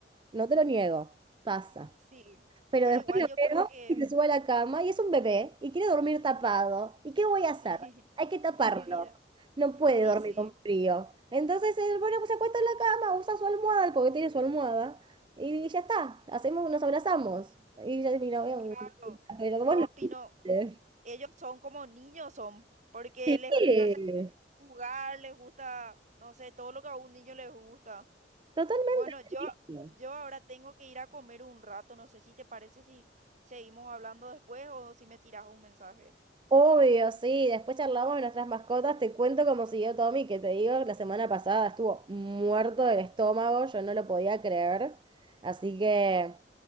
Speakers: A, on the right; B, on the right.
A: No te lo niego, pasa.
B: sí,
A: Pero
B: pero
A: después
B: igual
A: lo
B: yo
A: veo
B: creo que,
A: y se sube a la cama y es un bebé y quiere dormir tapado. ¿Y qué voy a
B: sí,
A: hacer? Hay
B: <laughs>
A: que taparlo.
B: mi vida.
A: No puede
B: Y
A: dormir
B: sí,
A: con frío. Entonces él, bueno, pues se acuesta en la cama, usa su almohada, porque tiene su almohada, y ya está. Hacemos, nos abrazamos. Y ya mira, veo,
B: claro,
A: pero
B: yo
A: vos lo
B: opino,
A: viste.
B: ellos son como niños son, porque
A: Sí.
B: les gusta hacer jugar, les gusta, no sé, todo lo que a un niño les gusta.
A: Totalmente.
B: Bueno, yo,
A: sí.
B: yo ahora tengo que ir a comer un rato. No sé si te parece si seguimos hablando después o si me tiras un mensaje.
A: Obvio, sí. Después charlamos de nuestras mascotas. Te cuento cómo siguió Tommy, que te digo, la semana pasada estuvo muerto del estómago. Yo no lo podía creer. Así que